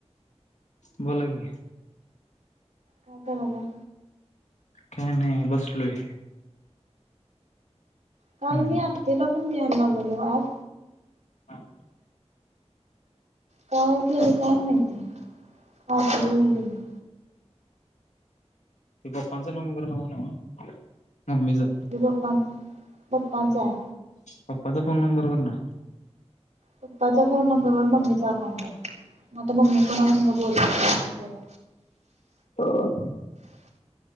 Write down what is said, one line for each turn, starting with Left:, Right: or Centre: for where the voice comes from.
Left: बोला की.
Right: का करायला.
Left: काय नाही बसलोय.
Right: काल
Left: हम्म.
Right: मी आत्तीला पण घ्यायला लावलेली ॲप.
Left: हां.
Right: काय केले काय माहित. <unintelligible>
Left: ते पप्पांचा नंबर नव्ह नव्ह. मम्मीचा
Right: पप्पां पप्पांचा आहे.
Left: पप्पाचा फोन नंबरवर ना.
Right: पप्पाच्या फोन नंबर वर मम्मीचा अकाउंट आहे मगता मम्मी कोना सोबत बोलाल्या बर.
Left: तर